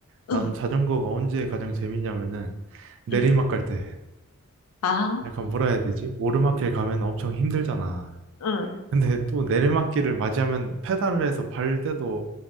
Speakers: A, on the right (about 55°); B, on the left (about 75°).
A: 나는
B: 응,
A: 자전거가 언제 가장 재밌냐면은 내리막
B: 응.
A: 갈 때.
B: 아,
A: 약간 뭐라 해야 되지? 오르막길 가면 엄청 힘들잖아.
B: 응,
A: 근데 또 내리막길을 맞이하면 페달을 해서 발 때도